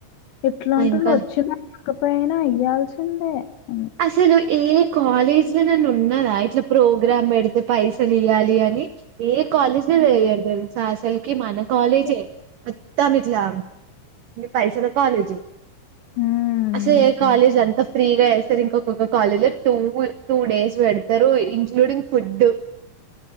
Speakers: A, on the left (about 70°); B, on the right (about 85°).
A: ఎట్లాంటుండ
B: ఇంకా
A: వచ్చింది లేకపోయినా ఇయ్యాల్సిందే హ్మ్.
B: అసలు ఏ కాలేజ్ లో అన ఉన్నదా ఇట్లా ప్రో గ్రాం పెడితే పైసలు ఇయ్యాలి అని ఏ కాలేజీ చేయరు తెలుసా అసలుకి మనకు కాలేజే
A: ఆ!
B: మొత్తం ఇట్లా పైసల కాలేజు
A: హ్మ్.
B: అసలే ఏ
A: ఆ!
B: కాలేజ్ అంతా ఫ్రీగా స ఇంకొక్కొక్క కాలేజీ లో టూ టూ డేస్ పెడతరు ఇంక్లూడింగ్ ఫుడ్డు